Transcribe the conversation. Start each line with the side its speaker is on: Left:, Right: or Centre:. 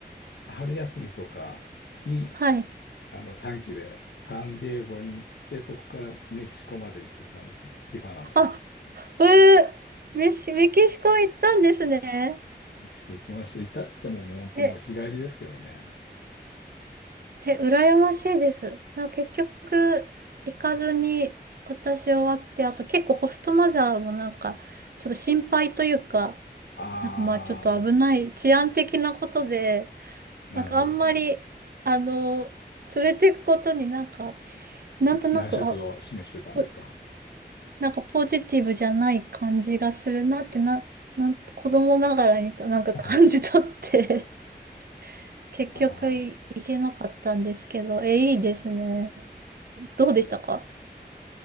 Left: 春休みとかに、
Right: はい。
Left: あの、短期でサンディエゴに行って、そこからメキシコまで行ってきたんですよ。ティファナまで。
Right: あ、えー、メシ、メキシコ行ったんですね。
Left: メキシコ行きまして、行ったって言っても、もう本当もう日帰りですけどね。
Right: え、え、羨ましいです。あ結局、行かずに私終わって、あと結構ホストマザーもなんか、ちょっと心配というか、
Left: ああ、
Right: なんかまあちょっと危ない、治安的なことで、
Left: なるほどだ。
Right: なんかあんまり、あの、連れていくことになんか、なんとなく、
Left: 難色を示してたんですか。
Right: あ、おなんかポジティブじゃない感じがするなってな、なん、子供ながらにとなんか感じ取って
Left: <laughs> あ
Right: <laughs> 結局い、
Left: あ。
Right: いけなかったんですけど、え、いいですね。どうでしたか